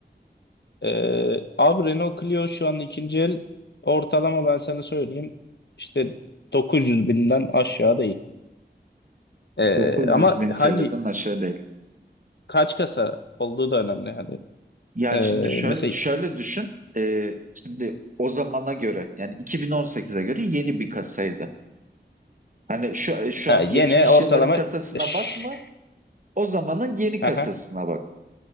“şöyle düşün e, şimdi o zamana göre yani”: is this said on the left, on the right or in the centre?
Right